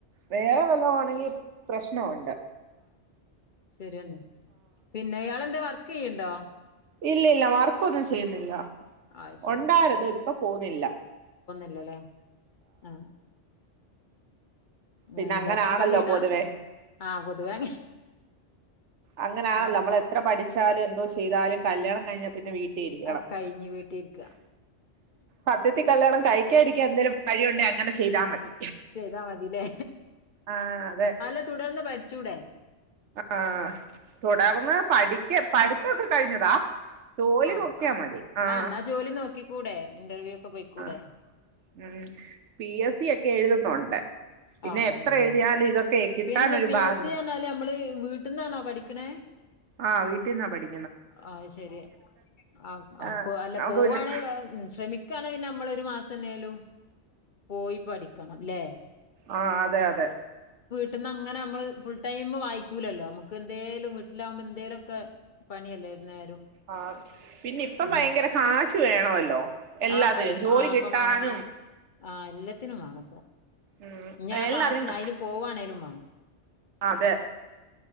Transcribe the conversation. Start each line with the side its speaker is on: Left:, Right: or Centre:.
Right: വേറെ വല്ലോ ആണെങ്കി പ്രശ്നമുണ്ട്
Left: ശരിയന്ന പിന്നെ ഇയാളെന്താ വർക്കെയ്യ്ണ്ടോ
Right: ഇല്ല ഇല്ല വർക്കൊന്നും ചെയ്യുന്നില്ല
Left: ആഹ് ശരി
Right: ഉണ്ടായിരുന്നുത ഇപ്പൊ പോവുന്നില്ല
Left: ല്ല ലേ ആ ആ
Right: പിന്നെ
Left: എന്താ
Right: അങ്ങനാണല്ലോ
Left: സ്വന്തം വീടാ
Right: പൊതുവേ
Left: ആഹ് പൊതുവെ
Right: അങ്ങനാണല്ലോ
Left: മക്ക
Right: നമ്മള എത്ര പഠിച്ചാലും എന്തോ ചെയ്താലും കല്യാണം കഴിഞ്ഞാൽ പിന്നെ വീ ട്ടിലിരിക്കണം.
Left: അത് കഴിഞ്ഞ് വീട്ടിരിക്ക
Right: സത്യത്തി കല്യാണം കഴിക്കാതിരി ക്ക്യാൻ എന്തേലും വഴിയുണ്ടെ അങ്ങനെ ചെയ്താ മതി
Left: ചെയ്താ മതില്ലേ.
Right: ആഹ് അതെ
Left: അല്ല തുടർന്ന് പഠിച്ചൂടെ
Right: ആഹ് തുടർന്ന് പഠിക്ക പഠിത്ത ഒക്കെ കഴിഞ്ഞതാ ജോലി
Left: ആഹ്
Right: നോക്കിയാ
Left: ആ
Right: മതി ആഹ്
Left: ആ എന്നാ ജോലി നോക്കിക്കൂടെ ഇന്റർവ്യൂ ഒക്കെ പോയിക്കൂടെ
Right: ആഹ്. ഉം. പി എസ് സി ഒക്കെ എഴുതുന്നുണ്ട് പിന്നെ
Left: ആഹ്
Right: എത്ര
Left: ഉണ്ട് ലേ.
Right: എഴുതിയാലും ഇതൊക്കെ കിട്ടാനൊരു
Left: പിന്നെ പി
Right: ഭാഗ്യം
Left: എസ് സി പറഞ്ഞാല് നമ്മള് വീട്ട്ന്നാണോ പഠി ക്ക്ണ
Right: ആ വീട്ടിൽന്നാ പഠി
Left: അഹ് ശരി. ആ ആ
Right: ആഹ്
Left: അല്ല
Right: നമുക്ക്
Left: പോവാണെ
Right: പിന്നെ
Left: ശ്രമി ക്കാണെ പിന്നെ നമ്മളൊരു മാസ ന്നേലും പോയി പഠിക്കണംല്ലേ
Right: ആഹ് അതെ അതെ
Left: പെട്ടന്ന് അങ്ങെനെ നമ്മള് ഫുൾടൈം വായിക്കൂലല്ലോ നമക്ക് എന്തേലും വീട്ടിലാകുമ്പോ എന്തേലുഒക്കെ പണിയല്ലേ ഏത് നേരും
Right: ആഹ് പിന്നെ ഇപ്പം
Left: ഉം
Right: ഭയങ്കര കാശ് വേണോല്ലോ എല്ലാത്തിനും
Left: ആഹ് പൈസ
Right: ജോലി
Left: ആഹ് ഇപ്പൊ
Right: കിട്ടാനും
Left: വേണം വേണം ആഹ് എല്ലത്തിനും വേണപ്പോ
Right: ഉം
Left: ഇനി
Right: എല്ലാത്തിനും
Left: ക്ലാസ്സിന്
Right: കാശ്
Left: അയിന് പോവാണെലും മാണം
Right: അതെ